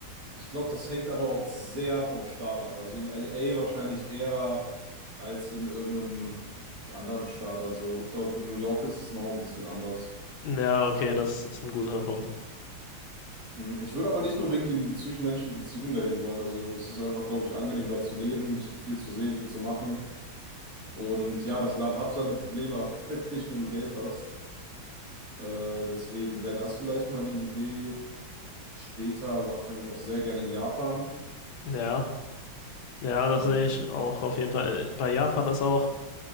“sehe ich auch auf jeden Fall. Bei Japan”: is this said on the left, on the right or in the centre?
Left